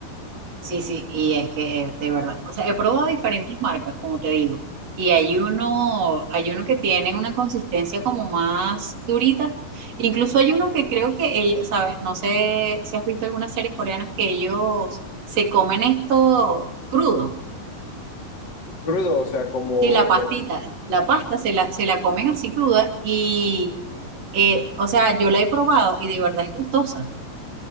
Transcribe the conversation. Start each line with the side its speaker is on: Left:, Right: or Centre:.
Right: Sí, sí, y es que eh, de verdad, o sea, he probado diferentes marcas, como te digo, y hay uno, hay uno que tiene una consistencia como más durita, incluso hay uno que creo que ellos, ¿sabes? No sé si has visto algunas series coreanas que ellos se comen esto crudo,
Left: Crudo, o sea, como
Right: sí, la pastita,
Left: por...
Right: la pasta se la, se la comen así cruda y, eh, o sea, yo la he probado y de verdad es gustosa,